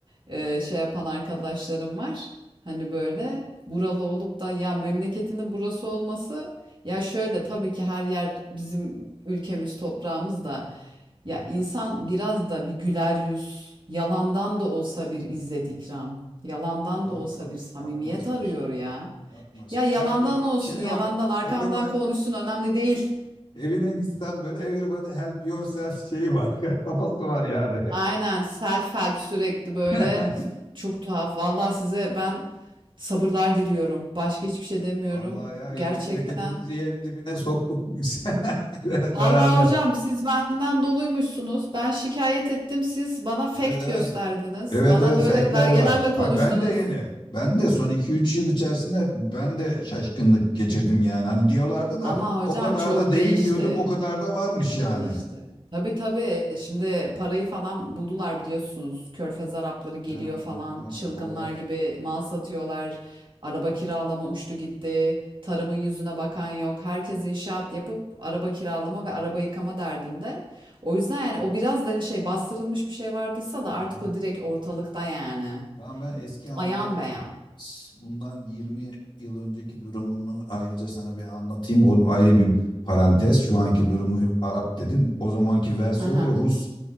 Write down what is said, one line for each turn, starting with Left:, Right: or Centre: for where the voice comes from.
Right: e, şey yapan arkadaşlarım var. Hani böyle buralı olup da ya memleketinin burası olması ya şöyle tabii ki her yer bizim ülkemiz toprağımız da. Ya insan biraz da bir güler yüz, yalandan da olsa bir izzet ikram, yalandan
Left: yok
Right: da olsa
Left: yok
Right: bir samimiyet
Left: yapmazlar
Right: arıyor ya.
Left: yapmaz
Right: Ya yalandan
Left: help you
Right: olsun,
Left: şey
Right: yalandan
Left: var
Right: arkamdan
Left: everybody
Right: konuşsun önemli değil.
Left: evine gitsen böyle everybody help yourself şeyi var <laughs> kafası var yani
Right: Aynen self help sürekli böyle
Left: <laughs>
Right: çok tuhaf. Vallahi size ben sabırlar diliyorum. Başka hiçbir şey demiyorum.
Left: Vallahi ya
Right: Gerçekten.
Left: iyi memleketimizi yerin dibine soktuk biz <laughs>
Right: Vallahi
Left: beraber.
Right: hocam siz benden doluymuşsunuz. Ben şikayet ettim. Siz bana fact
Left: Evet evet.
Right: gösterdiniz.
Left: Evet
Right: Bana
Left: evet
Right: böyle
Left: fake'ler
Right: belgelerle
Left: var. Ha,
Right: konuştunuz.
Left: ben de yeni. Ben de son iki üç yıl içerisinde ben de şaşkınlık geçirdim yani. Hani diyorlardı da
Right: Ama hocam
Left: o kadar
Right: çok
Left: da değil
Right: değişti.
Left: diyordum. O kadar da varmış
Right: Çok
Left: yani.
Right: değişti. Tabii tabii. Şimdi parayı falan buldular biliyorsunuz. Körfez Arapları geliyor
Left: Ha,
Right: falan.
Left: aynen
Right: Çılgınlar
Left: o var.
Right: gibi mal satıyorlar. Araba kiralama uçtu gitti. Tarımın yüzüne bakan yok. Herkes inşaat yapıp araba kiralama ve araba yıkama derdinde. O yüzden yani o biraz da şey bastırılmış bir şey vardıysa da artık
Left: Ha.
Right: o direkt ortalıkta yani.
Left: Tamam ben eski anıları
Right: Ayan beyan.
Left: s- bundan 20 yıl önceki durumunu ayrıca sana bir anlatayım. O ayrı bir parantez. Şu anki durumu Arap dedin. O zamanki versiyon
Right: Hı hı.
Left: da Rus